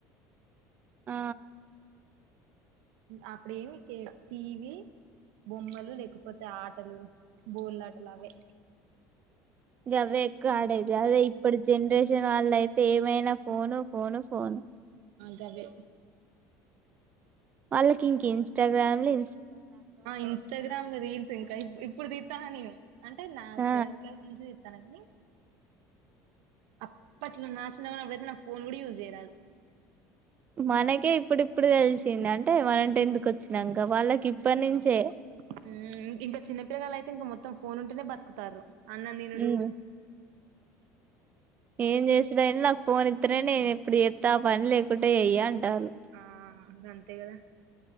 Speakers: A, on the right (about 30°); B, on the right (about 80°).
A: ఆ
B: అప్పుడేమి కే టీవి బొమ్మలు లేకపోతే ఆటలు బోల్లాటలు అవే
A: గవ్వే గా ఆడేది అదే ఇప్పుటి జనరేషన్ వాళ్ళు అయితే ఏమైనా ఫోను ఫోను ఫోను
B: గవ్వే
A: వాళ్ళకింకి ఇన్స్టాగ్రామ్ ఇ
B: ఇన్స్టాగ్రామ్ లొ రీల్ ఇంకా ఇప్పుడు తిత్తన నేను అంటే నా
A: ఆ
B: సెవెంత్ క్లాస్ నుంచి తిత్తను అనీ అప్పట్లా నా చిన్నవ అప్పుడైతె నాకు పోన్ కూడా యూస్ చేయరాదు
A: మనకే ఇప్పుడిప్పుడు తెలిసింది అంటే మనం టెన్త్ కి వచ్చినాక వాళ్ళకి ఇప్పటి నుంచే
B: మ్ ఇం ఇంక చిన్నపిల్లల అయితే ఇంక మొత్తం ఫోన్ ఉంటేనే బతుకుతారు అన్నం తినుడు
A: ఉమ్ ఏం చేసుడు ఏం నాకు ఫోన్ ఇత్తె నేను ఎప్పుడు చేత్త ఆ పని లేకుంటె ఇయ్యా అంటారు
B: ఆ అంతే కదా